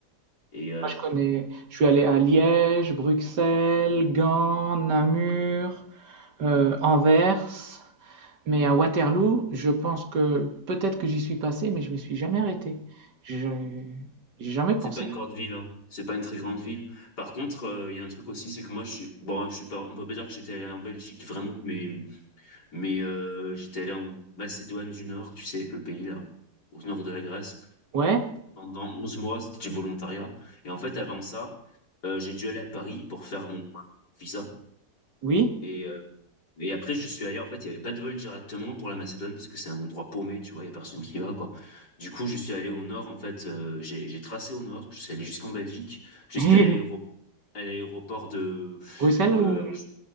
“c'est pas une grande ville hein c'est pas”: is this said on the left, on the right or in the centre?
Left